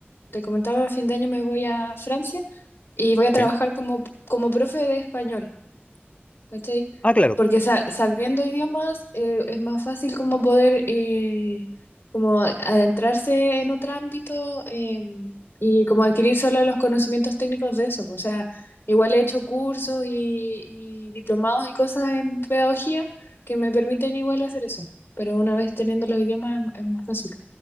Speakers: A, on the left (about 65°); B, on the left (about 30°).
A: te comentaba, a fin de año me voy a Francia y voy a trabajar
B: ¿sí?
A: como, como profe de español. ¿Cachai?
B: Ah, claro.
A: Porque sa- sabiendo idiomas eh, es más fácil como poder eh, como adentrarse en otro ámbito eh, y como adquirir solo los conocimientos técnicos de eso. O sea, igual he hecho cursos y, y diplomados y cosas en pedagogía que me permiten igual hacer eso. Pero una vez teniendo los idiomas es, es más fácil.